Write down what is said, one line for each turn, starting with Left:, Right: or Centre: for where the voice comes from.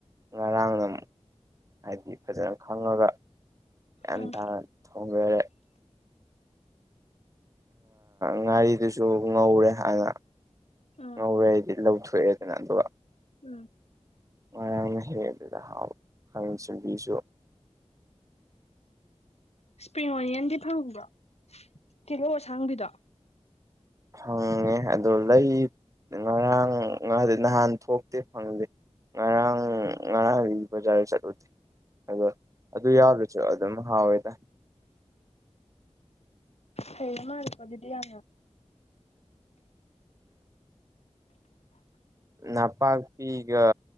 Right: ꯉꯔꯥꯡꯒꯝ ꯍꯥꯏꯗꯤ ꯐꯖꯅ ꯈꯪꯉꯒ ꯒ꯭ꯌꯥꯟ
Left: ꯎꯝ
Right: ꯇꯥꯅ ꯊꯣꯡꯖꯔꯦ ꯉꯥꯔꯤꯗꯨꯁꯨ ꯉꯧꯔꯦ ꯍꯥꯟꯅ
Left: ꯎꯝ
Right: ꯉꯧꯔꯦ ꯍꯥꯏꯗꯤ ꯂꯧꯊꯣꯛꯑꯦ ꯀꯩꯅ ꯑꯗꯨꯒ
Left: ꯎꯝ
Right: ꯉꯔꯥꯡꯅ ꯍꯦꯛ ꯑꯗꯨꯗ ꯍꯥꯎ ꯍꯪ ꯆꯕꯤꯁꯨ
Left: ꯏꯁꯄ꯭ꯔꯤꯡ ꯑꯣꯅꯤꯌꯟꯗꯤ ꯐꯪꯉꯕ꯭ꯔꯣ ꯀꯤꯍꯧ ꯑꯁꯥꯡꯕꯤꯗꯣ
Right: ꯐꯪꯉꯦ ꯑꯗꯨ ꯂꯩ ꯉꯔꯥꯡ ꯉꯗꯤ ꯅꯍꯥꯟ ꯊꯣꯛꯇꯦ ꯐꯪꯗꯦ ꯉꯔꯥꯡ ꯉꯔꯥꯡ ꯖꯥꯔꯦ ꯆꯠꯂꯗꯤ ꯑꯗꯣ ꯑꯗꯨ ꯌꯥꯗꯁꯨ ꯑꯗꯨꯝ ꯍꯥꯎꯋꯦꯗ
Left: ꯍ ꯃꯥꯜꯀꯣꯗꯤ ꯌꯥ
Right: ꯅ ꯄꯥꯛꯄꯤꯤꯒ